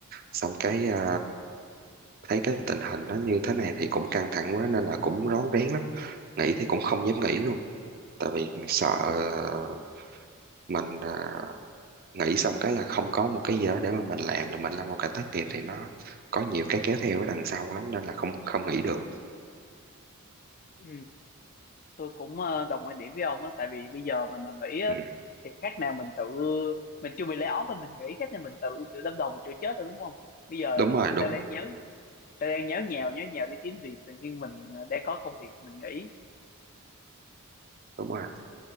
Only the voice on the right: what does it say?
Xong cái ờ, thấy cái tình hình nó như thế này thì cũng căng thẳng quá nên là cũng rón rén lắm. Nghỉ thì cũng không dám nghỉ luôn, tại vì sợ ờ, mình ờ, nghỉ xong cái là không có một cái gì đó để mà mình làm là mình lâm vào cảnh thất nghiệp thì nó có nhiều cái kéo theo ở đằng sau lắm nên là không không nghỉ được.
Ừ,
đúng rồi,
đúng,
đúng rồi.